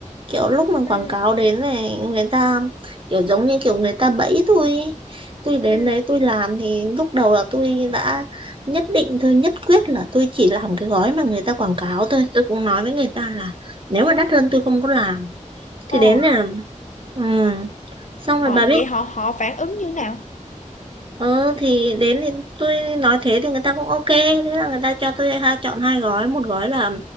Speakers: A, on the right (about 40°); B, on the left (about 65°).
A: kiểu lúc mà
B: Ừ,
A: quảng cáo đến này người ta kiểu giống như kiểu người ta bẫy tôi ý. tôi đến
B: ừ.
A: đấy tôi làm thì lúc đầu là tôi đã nhất định tôi nhất quyết là tôi chỉ làm cái gói mà người ta quảng cáo thôi tôi cũng nói với người ta là nếu mà đắt hơn tôi không có làm thì
B: Ờ,
A: đến là ừ. xong rồi
B: họ
A: bà biết
B: vậy họ họ phản ứng như nào?
A: Ờ thì đến thì tôi nói thế thì người ta cũng ok Thế là người ta cho tôi ha, chọn hai gói Một gói là